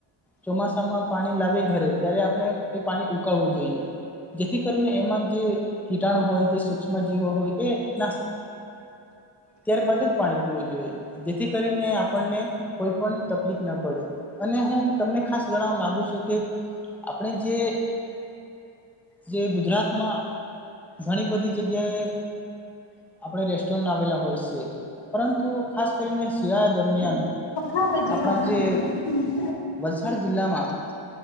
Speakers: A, in the centre; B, on the left.
A: ચોમાસામાં પાણી લાવે ઘરે ત્યારે આપણે એ પાણી ઉકાળવું જોઈએ. જેથી કરીને એમાં જે કીટાણ હોય, છે જે સુ જીવો હોય એ નાસ્તો ત્યારબદ જ પાણી પીવું જોઈએ. જેથી કરીને આપણને કોઈ પણ તકલીફ ના પડે. અને હું તમને ખાસ જણવા માંગુ છું કે, આપણે જે જે ગુજરાતમાં ઘણી બધી જગ્યાએ આપણે રેસ્ટોરન્ટ આવેલા હોય છે. પરંતુ ખાસ કરીને શિયાળા દરમિયાન
B: હા ભધી.
A: આપણા જે
B: <inaudible>
A: વલસાડ જિલ્લામાં